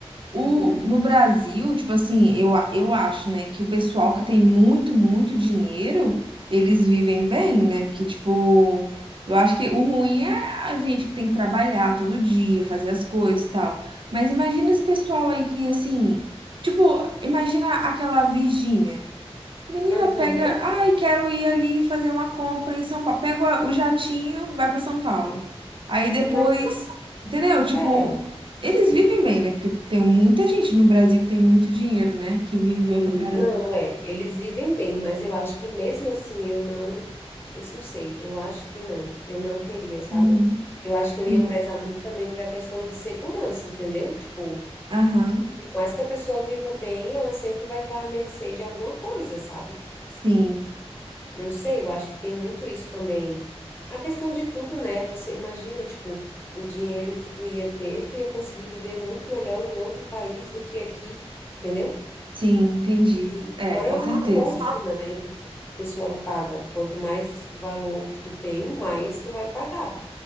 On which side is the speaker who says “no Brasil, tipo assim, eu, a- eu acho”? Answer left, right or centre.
Right